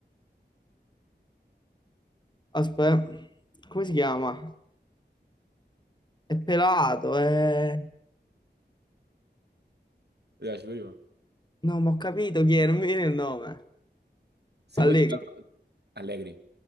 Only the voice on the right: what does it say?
Yeah, ci puoi arrivare.
Se
vuoi dire... Allegri.